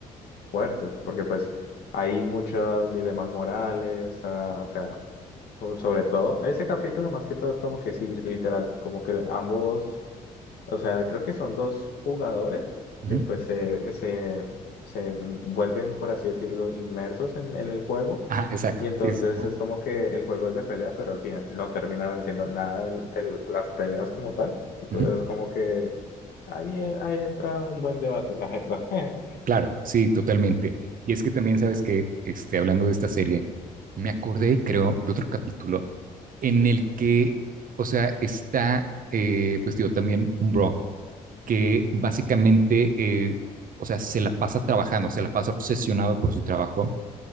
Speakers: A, on the left; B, on the right.
A: fuertes, porque pues hay muchos dilemas morales, ah, o sea, o- sobre todo ese capítulo más que todo es como que sí, literal, como que ambos o sea, creo que son dos jugadores
B: Ujú.
A: que pues se, se, se vuelven, por así decirlo, inmersos en, en el juego.
B: Ajá, exacto.
A: Y entonces
B: Sí, sí. sí. ajá,
A: es como que el juego es de pelea, pero al final no terminan haciendo nada del- de, las peleas como tal. Entonces
B: ujú.
A: es como que ahí, eh, ahí entra un buen debate, la verdad. <laughs>
B: Claro, sí, totalmente. Y es que también sabes que, este, hablando de esta serie, me acordé, creo, de otro capítulo en el que, o sea, está, eh, pues digo, también un bro que básicamente, eh, o sea, se la pasa trabajando, se la pasa obsesionado por su trabajo.